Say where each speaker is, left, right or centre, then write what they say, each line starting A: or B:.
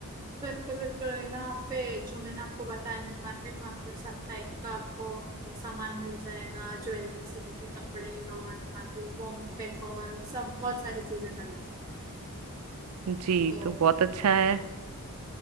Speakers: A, on the right; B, on the right.
A: बिल्कुल बिल्कुल यहाँ पे जो मैंने आपको बताया न्यू मार्केट वहाँ पे सब टाइप का आपको सामान मिल जाएगा ज्वेलरी से लेके कपड़े और बाकी होम डेकोर और सब बहुत सारी चीजें मिल
B: जी
A: तो
B: तो बहुत अच्छा है